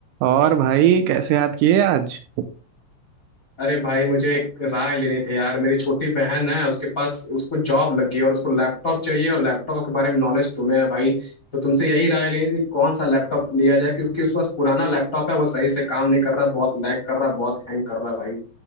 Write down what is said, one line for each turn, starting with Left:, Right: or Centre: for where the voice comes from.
Right: और भाई कैसे याद किए आज
Left: अरे भाई मुझे एक राय लेनी थी यार मेरी छोटी बहन है उसके पास उसको जॉब लगी है और उसको लैपटॉप चाहिए और लैपटॉप के बारे में नॉलेज तुम्हें है भाई तो तुमसे यही राय लेनी थी कौन सा लैपटॉप लिया जाए क्योंकि उसके पास पुराना लैपटॉप है वो सही से काम नहीं कर रहा बहुत लैग कर रहा बहुत हैंग कर रहा भाई